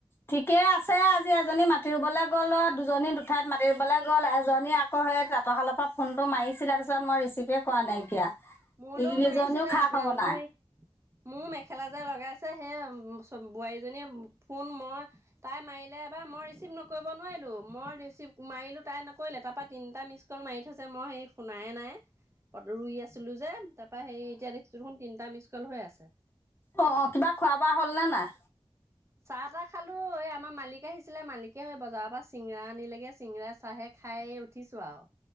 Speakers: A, on the left; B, on the right.
A: ঠিকেই আছে আজি এজনী মাতি ৰুবলৈ গ'ল ও দুজনী দুঠাইত মাতি। ওলাই গ'ল এজনী আকৌ সেই তাঁতৰশালৰ পৰা ফোনটো মাৰিছিলে তাৰপিছত মই ৰিচিভ তে কোৱা নাইকিয়া
B: অ মোলৈও
A: এইকেজনীও
B: মাৰিছিলে
A: খা
B: আপোনালোকৰ
A: খবৰ নাই।
B: সেই মোৰ মেখেলা যে লগাইছে সেই <unintelligible> বোৱাৰীজনীয়ে ফোন মই তাই মাৰিলে এবাৰ মই ৰিচিভ নকৰিব নোৱাৰিলো মই ৰিচিভ মাৰিলো তাই নকৰিলে তাৰ পৰা তিনিটা মিছ কল মাৰি থৈছে মই সেই ফোন নাই-নাই ৰুই আছিলো যে তাৰ পৰা হেৰি এতিয়া দেখিছো তিনটা মিচ কল হৈ আছে।
A: অ', অ', কিবা খোৱা বোৱা হ'ল নে নাই?
B: চাহ তাহ খালো এই আমাৰ মালিকে আহিছিলে মালিকে হয় বজাৰৰ পৰা চিঙৰা আনিলেগে। চিঙৰা চাহে খাই উঠিছো আৰু